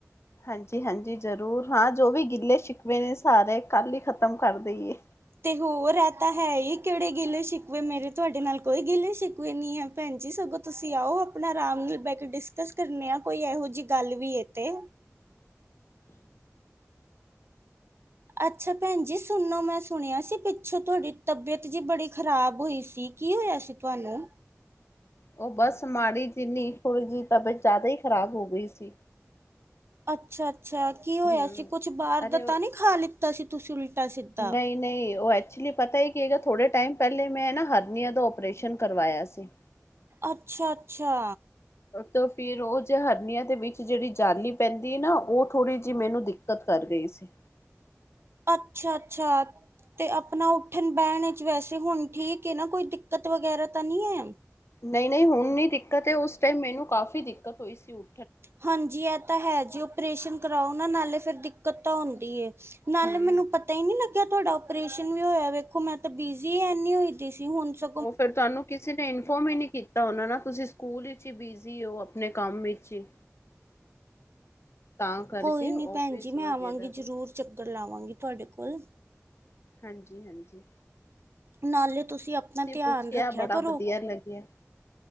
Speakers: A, on the left; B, on the right.
A: ਹਾਂਜੀ-ਹਾਂਜੀ ਜ਼ਰੂਰ ਹਾਂ ਜੋ ਵੀ ਗਿੱਲੇ ਛਿਕਵੇ ਨੇ ਸਾਰੇ ਕੱਲ੍ਹ ਹੀ ਖ਼ਤਮ ਕਰ ਦਈਏ।
B: ਤੇ ਹੋਰ ਏਹਿ ਤਾਂ ਹੈ ਇਹ ਕਿਹੜੇ ਗਿੱਲੇ ਸ਼ਿਕਵੇ ਮੇਰੇ ਤੁਹਾਡੇ ਨਾਲ ਕੋਈ ਗਿੱਲੇ ਸ਼ਿਕਵੇ ਨੀ ਹੈ। ਭੈਣ ਜੀ ਸਗੋਂ ਤੁਸੀਂ ਆਓ ਆਪਣਾ ਆਰਾਮ ਨਾਲ ਬੈ ਕੇ ਡਿਸਕਸ ਕਰਨੇ ਆ ਕੋਈ ਇਹੋ ਜਿਹੀ ਗੱਲ ਵੀ ਤੇ। ਅੱਛਾ ਭੈਣ ਜੀ ਸੁਣੋ ਮੈਂ ਸੁਣਿਆ ਸੀ ਪਿੱਛੋਂ ਤੁਹਾਡੀ ਤਬੀਅਤ ਜੀ ਬੜੀ ਖ਼ਰਾਬ ਹੋਈ ਸੀ। ਕੀ ਹੋਇਆ ਸੀ ਤੁਹਾਨੂੰ।
A: ਉਹ ਬਸ ਮਾੜੀ ਜਿੰਨੀ ਥੋੜੀ ਜਿਹੀ ਤਬੀਅਤ ਜ਼ਿਆਦਾ ਹੀ ਖ਼ਰਾਬ ਹੋ ਗਈ ਸੀ।
B: ਅੱਛਾ-ਅੱਛਾ ਕੀ ਹੋਇਆ
A: ਹਮ
B: ਸੀ ਕੁਛ ਬਾਰ
A: ਅਰੇ
B: ਦਾ ਤਾਂ ਨਹੀ ਖਾ ਲਿੱਤਾ ਸੀ ਤੁਸੀਂ ਉਲਟਾ ਸਿੱਧਾ।
A: ਨਹੀਂ ਨਹੀਂ ਉਹ ਐਕਚੁਲੀ ਪਤਾ ਹੀ ਕੀਗਾ ਥੋੜੇ ਟਾਈਮ ਪਹਿਲੇ ਮੈਂ ਨਾ ਹਥਨੀਆ ਦਾ ਓਪਰੇਸ਼ਨ ਕਰਵਾਇਆ ਸੀ।
B: ਅੱਛਾ-ਅੱਛਾ
A: ਤੋਂ ਫੇਰ ਉਹ ਜੋ ਹਰਨੀਆਂ ਦੇ ਵਿੱਚ ਜਿਹੜੀ ਜਾਲੀ ਪੈਂਦੀ ਨਾ ਉਹ ਥੋੜ੍ਹੀ ਜਿਹੀ ਮੈਨੂੰ ਦਿੱਕਤ ਕਰ ਰਹੀ ਸੀ।
B: ਅੱਛਾ-ਅੱਛਾ ਤੇ ਆਪਣਾ ਉੱਠਣ ਬਹਿਣ ਵਿੱਚ ਵੈਸੇ ਹੁਣ ਠੀਕ ਹੈ ਨਾ ਕੋਈ ਦਿੱਕਤ ਵਗੈਰਾ ਤਾ ਨੀ ਹੈ।
A: ਨਹੀਂ-ਨਹੀਂ ਹੁਣ ਨੀ ਦਿੱਕਤ ਉਸ ਟਾਈਮ ਮੈਨੂੰ ਕਾਫ਼ੀ ਦਿੱਕਤ ਹੋਈ ਸੀ ਉੱ
B: ਹਾਂਜੀ ਇਹ ਤਾਂ ਹੈ ਜੀ ਓਪਰੇਸ਼ਨ ਕਰਾਓ ਨਾ ਨਾਲੇ ਫਿਰ ਦਿੱਕਤ ਤਾਂ ਹੁੰਦੀ ਹੈ। ਨਾਲੇ
A: ਹੂੰ
B: ਮੈਨੂੰ ਪਤਾ ਤਾ ਹੀ ਨੀ ਲੱਗਿਆ ਤੁਹਾਡਾ ਓਪਰੇਸ਼ਨ ਵੀ ਹੋਇਆ ਵੇਖੋ ਮੈਂ ਤਾਂ ਬਿਜ਼ੀ ਐਨੀ ਹੋਈਦੀ ਸੀ ਹੁਣ ਸ
A: ਉਹ ਫੇਰ ਤੁਹਾਨੂੰ ਕਿਸੇ ਨੇ ਇਨਫੋਰਮ ਹੀ ਨੀ ਕੀ ਤਾ ਹੋਣਾ ਨਾ ਤੁਸੀ ਸਕੂਲ ਵਿੱਚ ਹੀ ਬਿਜ਼ੀ ਹੋ ਆਪਣੇ ਕੰਮ ਵਿੱਚ ਹੀ। ਤਾਂ ਕਰਕੇ
B: ਕੋਈ ਨਹੀਂ ਭੈਣ
A: ਆਫਿਸ
B: ਜੀ ਮੈਂ
A: ਵਗੈਰਾ
B: ਆਵਾਂਗੀ
A: ਦੇ
B: ਜ਼ਰੂਰ ਚੱਕਰ ਲਾਵਾਂਗੀ ਤੁਹਾਡੇ ਕੋਲ।
A: ਹਾਂਜੀ-ਹਾਂਜੀ
B: ਨਾਲੇ ਤੁਸੀਂ ਆਪਣਾ ਧਿਆਨ
A: ਪੁੱਛਿਆ
B: ਰੱਖਿਆ
A: ਬੜਾ
B: ਕਰੋ
A: ਵਧੀਆ ਲੱਗਿਆ।